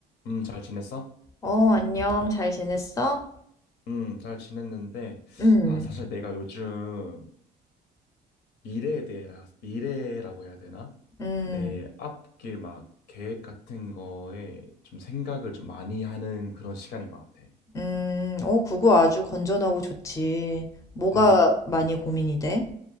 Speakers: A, on the left (about 75°); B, on the left (about 20°).
A: 음, 잘 지냈어?
B: 어, 안녕. 잘 지냈어?
A: 음, 잘 지냈는데,
B: 음,
A: 아, 사실 내가 요즘 미래에 대해, 미래라고 해야 되나?
B: 음,
A: 내 앞길 막 계획 같은 거에 좀 생각을 좀 많이 하는 그런 시간인 것 같아.
B: 음. 어, 그거 아주 건전하고 좋지. 뭐가
A: 음,
B: 많이 고민이 돼?